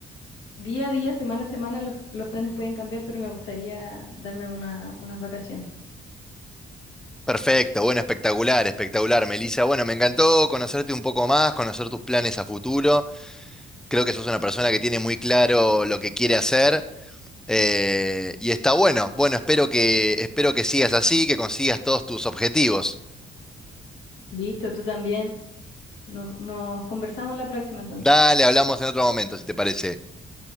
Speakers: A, on the left; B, in the centre.
A: día a día, semana a semana, los, los planes pueden cambiar, pero me gustaría darme una- unas vacaciones.
B: Perfecto, bueno, espectacular, espectacular, Melissa. Bueno, me encantó conocerte un poco más, conocer tus planes a futuro. Creo que sos una persona que tiene muy claro lo que quiere hacer. eh, y está bueno. Bueno, espero que, espero que sigas así, que consigas todos tus objetivos.
A: Listo, tú también. Nos, nos conversamos la próxima entonces.
B: Dale, hablamos en otro momento, si te parece.